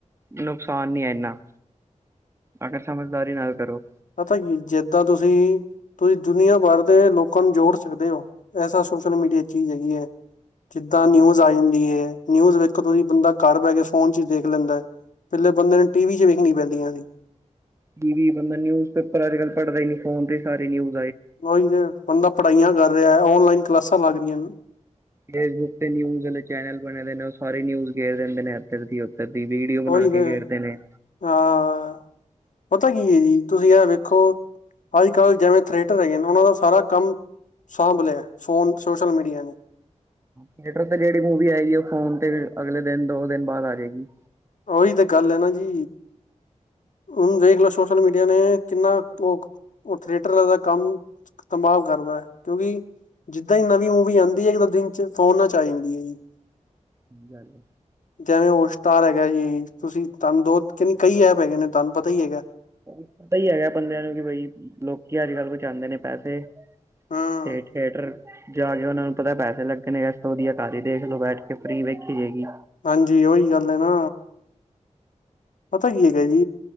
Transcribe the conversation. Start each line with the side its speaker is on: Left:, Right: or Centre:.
Right: ਨੁਕਸਾਨ ਨਹੀ ਹੈ ਇਨਾ ਅਗਰ ਸਮਝਦਾਰੀ ਨਾਲ ਕਰੋ।
Left: ਪਤਾ ਕੀ ਜਿੱਦਾਂ ਤੁਸੀਂ ਤੁਸੀਂ ਦੁਨੀਆਂ ਭਰ ਦੇ ਲੋਕਾਂ ਨੂੰ ਜੋੜ ਸਕਦੇ ਹੋ ਐਸਾ ਸੋਸ਼ਲ ਮੀਡੀਆ ਚ ਹੀਜ਼ ਹੈਗੀ ਹੈ ਜਿੱਦਾਂ
Right: ਸਹੀ
Left: ਨਿਊਜ਼
Right: ਗੱਲ ਹੈ।
Left: ਆ ਜਾਂਦੀ ਏ ਨਿਊਜ਼ ਵਿੱਚ ਕਦੋਂ ਹੀ ਬੰਦਾ ਘਰ ਬਹਿ ਕੇ ਫੋਨ ਚ ਦੇਖ ਲੈਂਦਾ ਹੈ ਪਹਿਲੇ ਬੰਦੇ ਨੂੰ ਟੀਵੀ ਚ ਵੇਖਣੀ ਪੈਂਦੀਆਂ ਸੀ।
Right: ਟੀਵੀ ਬੰਦਾ ਨਿਊਜ਼ ਪੇਪਰ ਅੱਜ ਕੱਲ ਪੜ੍ਹਦਾ ਹੀ ਨੀ ਫੋਨ ਤੇ ਸਾਰੇ ਨਿਊ
Left: ਉਹੀ ਤੇ ਬੰਦਾ ਪੜ੍ਹਾਈਆਂ ਕਰ ਰਿਹਾ ਔਨਲਾਈਨ ਕਲਾਸਾਂ ਲੱਗ ਰਹੀਆਂ ਨੇ।
Right: ਫੇਸ ਬੁੱਕ ਤੇ ਨਿਊਜ਼ ਵਾਲੇ ਚੈਨਲ ਬਣੇ ਦੇ ਨੇ ਉਹ ਸਾਰੀ ਨਊਜ਼ ਗੇਰ ਦਿੰਦੇ ਨੇ ਏਦਰ ਦੀ ੳਦਰ। ਦੀ ਵੀਡੀਓ ਬਣਾ
Left: ਉਹੀ
Right: ਕੇ
Left: ਤੇ
Right: ਖੇਡਦੇ ਨੇ।
Left: ਹਾਂ ਪਤਾ ਕੀ ਹੈ ਜੀ ਤੁਸੀਂ ਇਹ ਵੇਖੋ ਅੱਜ ਕੱਲ੍ਹ ਜਿਵੇਂ ਥਏਟਰ ਹੈਗੇ ਨੇ ਉਹਨਾਂ ਦਾ ਸਾਰਾ ਕੰਮ ਸਾਂਭ ਲਿਆ ਫੋਨ ਸੋਸ਼ਲ ਮੀਡੀਆ ਨੇ।
Right: ਥੀਏਟਰ ਤੇ ਜਿਹੜੀ ਮੂਵੀ ਆਏਗੀ ਉਹ ਫੋਨ ਤੇ ਅਗਲੇ ਦਿਨ ਦੋ ਦਿਨ ਬਾਅਦ ਆ ਜਾਏਗੀ।
Left: ਉਹੀ ਤੇ ਗੱਲ ਹੈ ਨਾ ਜੀ। ਹੁਣ ਵੇਖ ਲੋ ਸੋਸ਼ਲ ਮੀਡੀਆ ਨੇ ਕਿੰਨਾ ਭ ਉਹ ਥੀਏਟਰ ਦਾ ਕੰਮ ਤਬਾਅ ਕਰਦਾ ਹੈ। ਕਿਉਂਕਿ ਜਿੱਦਾਂ ਹੀ ਨਵੀਂ ਮੂਵੀ ਆਉਂਦੀ ਹੈ ਇੱਕ ਤਾਂ ਦਿਨ ਚ ਫੋਨਨਾਂ ਚ ਆ ਜਾਂਦੀ ਹੈ ਜੀ।
Right: ਸਹੀ ਗਲ ਏ।
Left: ਜੈਵੇਂ ਹੋਟ ਸਟਾਰ ਹੈਗਾ ਜੀ ਤੁਸੀਂ ਤੁਹਾਨੂੰ ਦੋ ਤੀਨ ਕਈ ਐਪ ਹੈਗੇ ਨੇ ਤੁਹਾਨੂੰ ਪਤਾ ਹੀ ਹੈਗਾ।
Right: ਪਤਾ ਹੀ ਹੈਗਾ ਬੰਦਿਆਂ ਨੂੰ ਕਿ ਬਈ ਲੋਕੀ ਅੱਜ ਕੱਲ੍ਹ ਬਚਾਉਂਦੇ ਨੇ ਪੈਸੇ।
Left: ਹਾਂ
Right: ਤੇ ਥੀਏਟਰ ਜਾ ਕੇ ਉਹਨਾਂ ਨੂੰ ਪਤਾ ਏ ਪੈਸੇ ਲੱਗਣੇਗੇ ਇਸ ਤੋਂ ਵਧੀਆ ਘਾਰ ਹੀ ਦੇਖ ਲਓ ਬੈਠ ਕੇ ਫ੍ਰਰੀ ਵੇਖੀ ਜਾਏਗੀ।
Left: ਹਾਂਜੀ ਓਹੀ ਗੱਲ ਹੈ ਨਾ ਪਤਾ ਕੀ ਹੈਗਾ ਜੀ,